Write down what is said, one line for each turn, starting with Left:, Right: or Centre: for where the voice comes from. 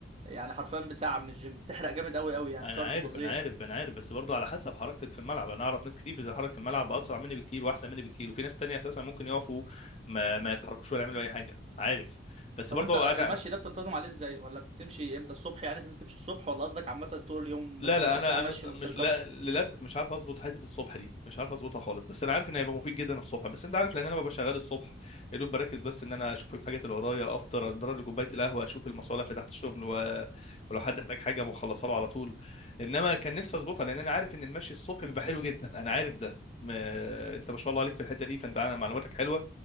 Right: يعني حرفيا بساعه من الجيم تحرق جامد قوي قوي يعني
Left: انا
Right: كارديو
Left: عارف
Right: فظيع
Left: انا عارف انا عارف بس برضه على حسب حركتك في الملعب انا اعرف ناس كتير بتتحرك في الملعب اسرع مني بكتير واحسن مني بكتير وفي ناس تانية اساسا ممكن يقفوا ما ما يتحركوش ولا يعملوا اي حاجه عارف بس
Right: طب
Left: برضه
Right: انت المشي
Left: انا
Right: ده بتنتظم عليه ازاي ولا بتمشي امتى الصبح يعني تنزل تمشي الصبح ولا قصدك عامه طول اليوم
Left: لا
Right: آه،
Left: لا
Right: بتقضيها
Left: انا
Right: مشي
Left: انا س- مش
Right: ما بتركبش
Left: لا للاسف مش عارف اظبط حته الصبح دي مش عارف اظبطها خالص بس انا عارف ان هيبقى مفيد جدا الصبح بس انت عارف لان انا ببقى شغال الصبح يا دوب بركز بس ان انا اشوف الحاجات اللي ورايا افطر اضرب لي كوبايه القهوه اشوف المصالح بتاعت الشغل و... ولو حد احتاج حاجه بخلصها له على طول انما كان نفسي اظبطها لان انا عارف ان المشي الصبح بيبقى حلو جدا انا عارف ده ما... انت ما شاء الله عليك في الحته دي فانت عن- معلوماتك حلوه